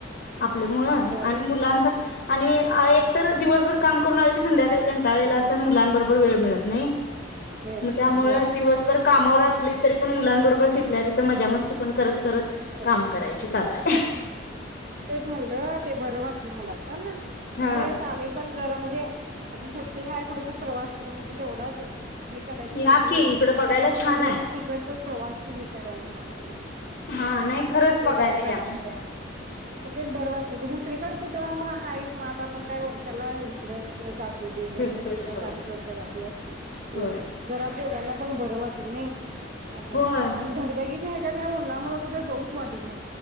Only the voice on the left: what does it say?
आपले मुळ आणि
मुलांच आणि एक तर दिवसभर काम करून आले की, संध्याकाळी कंटाळलेलं असता मुलांबरोबर वेळ मिळत नाही.
मग त्यामुळे
दिवसभर कामावर अस असली तरी पण मुलांबरोबर तिथल्या तिथ मजा मस्ती पण करत करत
काम करायचे चालू आहे
हा
या
की इकडं बघायला
छान
आहे
हा नाही खरंच
बघायला
या
फिरतोय
होय
होय
होय